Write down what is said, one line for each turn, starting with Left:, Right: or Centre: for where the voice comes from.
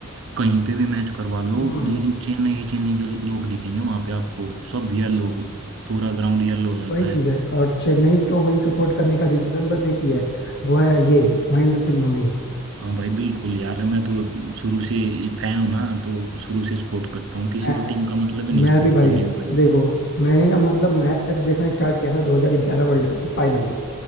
Right: कहीं पे भी मैच करवा लो
Left: हाँ
Right: लेकिन चेन्नई ही चेन्नई के लोग दिखेंगे वहां पे आपको सब येलो पूरा ग्राउंड येलो हो जाता
Left: वही
Right: है
Left: चीज है और चेन्नई को मैं सपोर्ट करने का रीजन बस एक ही है वो है ये महेंद्र सिंह धोनी
Right: हाँ भाई बिल्कुल यार मैं तो शुरू से फैन हूँ ना तो शुरू से सपोर्ट करता हूँ किसी
Left: मैं,
Right: और टीम का मतलब ही नहीं
Left: मैं
Right: सपोर्ट
Left: भी भाई
Right: करने का भाई
Left: देखो मैंने ना मतलब मैच देखना स्टार्ट किया था 2011 वर्ल्ड कप के फाइनल से